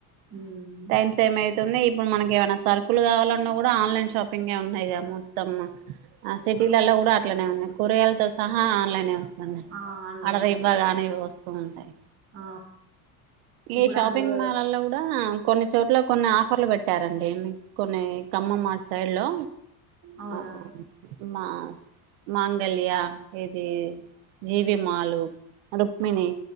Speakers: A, on the right; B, on the right.
A: ఉమ్
B: టైమ్ సేమ్ అయి న్నాయ్ ఇప్పుడు మనక ఏమైనా సర్కులు కావాలన్నా కూడా ఆన్లైన్ షాపింగే ఉన్నాయి గా మొత్తం ఆ సిటీలలో
A: అవును.
B: కూడా అట్లనే ఉన్నాయి కూరగాయలతో సహా ఆ
A: ఆ ఆన్లైన్
B: అడవి ఇవ్వగానే వస్తూ ఉంటాయి
A: ఆ ఇప్పుడు
B: ఈ షాపింగ్
A: అందులో
B: మాల్ల్లో కూడా కొన్ని చోట్ల కొన్ని ఆఫ ఆఫర్లు పెట్టారండి మీకు కొన్ని కమ్మమ్ మా సైడ్ లో
A: అవునా
B: ఆ మా మాంగళ్యా ఇది జీవి మాలు రుక్మిణి
A: ఆ